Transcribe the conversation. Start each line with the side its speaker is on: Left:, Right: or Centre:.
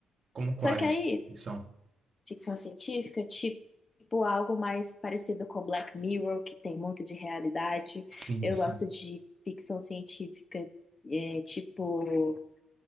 Right: Como
Left: Só
Right: quais?
Left: que aí,
Right: Ficção.
Left: ficção científica, tipo algo mais parecido com Black Mirror, que tem muito de realidade.
Right: Sim,
Left: Eu
Right: sim.
Left: gosto de ficção científica, é, tipo